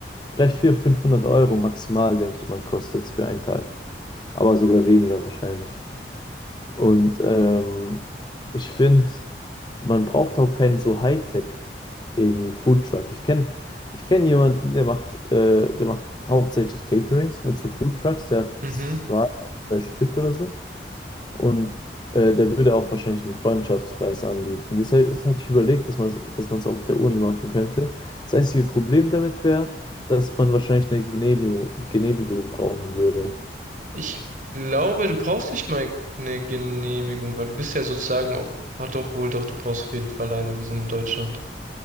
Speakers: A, on the left (about 25°); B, on the right (about 45°).
A: vielleicht 400, 500 Euro maximal, denke ich mal, kostet es für einen Tag. Aber sogar weniger wahrscheinlich. Und ähm, ich finde, man braucht auch keinen so Hightech irgendwie Foodtruck. Ich kenne ich kenn jemanden, der macht, äh, der macht hauptsächlich Caterings mit so Foodtrucks. Der hat
B: Mhm.
A: zwei, drei Stück oder so. Und äh, der würde auch wahrscheinlich einen Freundschaftspreis anbieten. Deshalb das hatte ich überlegt, dass man es dass man es auf der Uni machen könnte. Das einzige Problem damit wäre, dass man wahrscheinlich eine Genehmigung, Genehmigung brauchen würde.
B: Ich glaube, du brauchst nicht mal eine Genehmigung, weil du bist ja sozusagen auf, oh doch, wohl doch, du brauchst auf jeden Fall eine. Wir sind in Deutschland.